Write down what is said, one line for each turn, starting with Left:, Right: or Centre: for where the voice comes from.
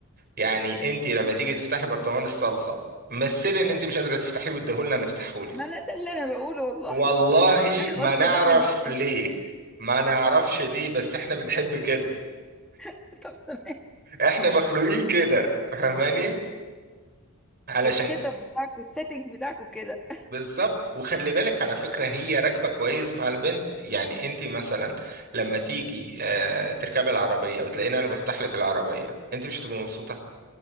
Right: يعني انت لما تيجي تفتحي برطمان الصلصة مثلي ان انت مش قادرة تفتحيه واديهولنا نفتحهولك
Centre: ما لا ده اللي انا بقوله والله
Right: والله
Centre: <laughs> انا
Right: ما
Centre: قلت
Right: نعرف
Centre: الراجل
Right: ليه ما نعرفش ليه بس احنا بنحب كده
Centre: <laughs> طب تمام
Right: احنا مخلوقين كده فاهماني علشان
Centre: السيت اب بتاعك والسيتنج بتاعك وكده
Right: بالظبط وخلي بالك على فكرة هي راكبة كويس مع البنت يعني انت مثلا لما تيجي آه، تركبي العربية وتلاقيني انا بفتح لك العربية انت مش هتبقي مبسوطة